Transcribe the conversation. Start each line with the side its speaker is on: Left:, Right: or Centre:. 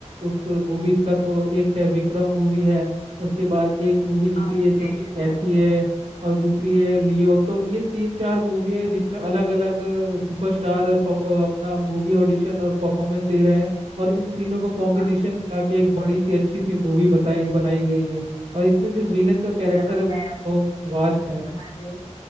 Right: उस मूवीज का तो एक है विक्रम मूवी है उसके बाद एक मूवी निकली
Left: हाँ
Right: है
Left: जी
Right: जो कि कैथी
Left: अच्छा
Right: है और दूसरी है लियो तो ये तीन चार मूवी है जिसमें अलग अलग सुपरस्टार अपना मूवी ऑडिशन और परफॉर्मेंस दे रहे हैं और इन तीनों को कॉम्बिनेशन
Left: हाँ
Right: मिला
Left: जी हाँ
Right: के
Left: जी
Right: एक बड़ी सी अच्छी सी मूवी बताई बनाई गई है और इसमें जो विलन का कैरेक्टर
Left: चलो
Right: है वो
Left: मैं
Right: भी बहुत वास्ट है
Left: मुझे